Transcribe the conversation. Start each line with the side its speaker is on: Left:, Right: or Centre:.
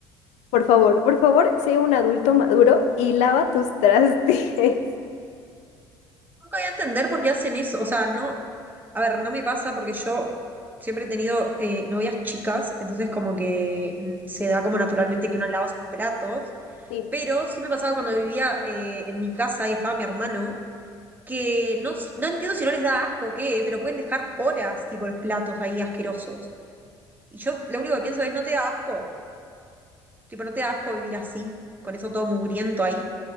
Left: Por favor, por favor, sé un adulto maduro y lava tus trastes. <laughs>
Right: Nunca voy a entender por qué hacen eso. O sea, no. A ver, no me pasa porque yo siempre he tenido eh, novias chicas, entonces como que mm, se da como naturalmente que uno lava sus platos.
Left: Sí.
Right: Pero sí me pasaba cuando vivía eh, en mi casa y estaba mi hermano, que no, s- no entiendo si no les da asco o qué, pero pueden dejar horas, tipo, los platos ahí asquerosos. Y yo lo único que pienso es, no te da asco. Tipo, no te da asco vivir así, con eso todo mugriento ahí.